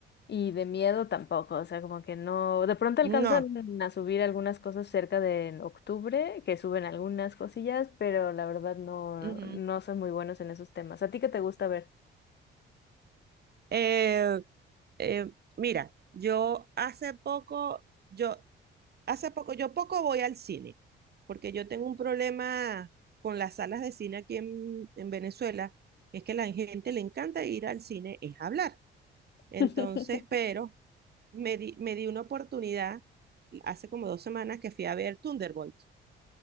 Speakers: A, on the left; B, on the right.
A: Y de miedo tampoco, o sea, como que no, de pronto alcanzan
B: No.
A: a subir algunas cosas cerca de en octubre, que suben algunas cosillas, pero la verdad no,
B: ujú.
A: no son muy buenos en esos temas. ¿A ti qué te gusta ver?
B: Eh, eh, mira, yo hace poco, yo hace poco, yo poco voy al cine, porque yo tengo un problema con las salas de cine aquí en, en Venezuela, es que la gente le encanta ir al cine, es hablar. Entonces,
A: <laughs>
B: pero me di, me di una oportunidad hace como dos semanas que fui a ver Thunderbolts.